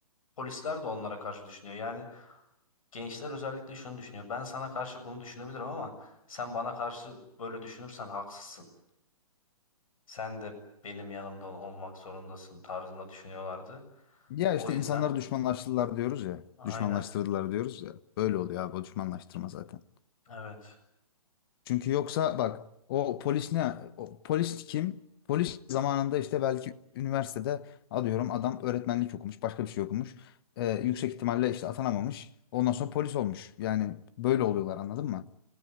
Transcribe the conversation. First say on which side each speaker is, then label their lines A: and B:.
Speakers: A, on the left (about 65°); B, on the left (about 40°).
A: polisler de onlara karşı düşünüyor. Yani gençler özellikle şunu düşünüyor. Ben sana karşı bunu düşünebilirim ama sen bana karşı böyle düşünürsen haksızsın. Sen de benim yanımda ol- olmak zorundasın tarzında düşünüyorlardı.
B: Ya
A: O
B: işte
A: yüzden
B: insanları düşmanlaştırdılar diyoruz ya.
A: aynen
B: Düşmanlaştırdılar diyoruz ya. Böyle oluyor abi o düşmanlaştırma zaten.
A: evet.
B: Çünkü yoksa bak o polis ne? O polis kim? Polis zamanında işte belki üniversitede alıyorum adam öğretmenlik okumuş, başka bir şey okumuş. Ee, yüksek ihtimalle işte atanamamış. Ondan sonra polis olmuş. Yani böyle oluyorlar anladın mı?